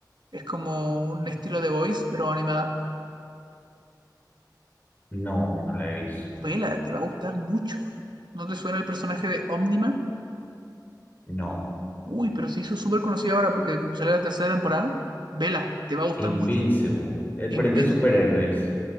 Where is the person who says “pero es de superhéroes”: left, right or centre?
Left